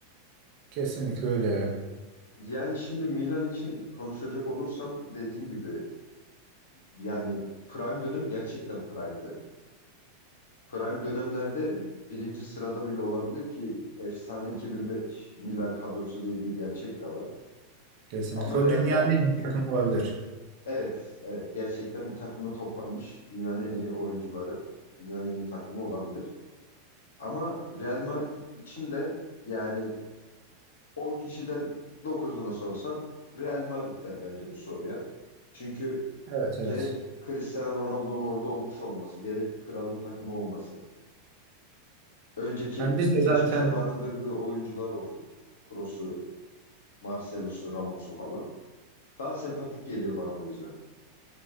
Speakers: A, on the right; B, on the left.
A: Kesinlikle öyle ya.
B: Yani şimdi Milan için konuşacak olursam dediğin gibi yani prime dönem gerçekten prime'di. Prime dönemlerde birinci sırada bile olabilir ki efsane 2005 Milan kadrosu diye bir gerçek de var.
A: Kesinlikle.
B: Ama
A: O
B: Real
A: dünyanın
B: Madrid
A: en iyi takımı olabilir.
B: evet evet gerçekten bir takımda toplanmış dünyanın en iyi oyuncuları, dünyanın en iyi takımı olabilir. Ama Real Madrid için de yani 10 kişiden dokuzuna sorsan Real Madrid der bence bu soruya. Çünkü
A: Evet
B: gerek
A: evet.
B: Cristiano Ronaldo'nun orada olmuş olması, gerek kralın takımı olması, önceki
A: Yani biz de
B: geçmişte
A: zaten
B: barındırdığı oyuncular olsun. Kroos'u, Marcelo'su, Ramos'u falan. Daha sempatik geliyor bana o yüzden.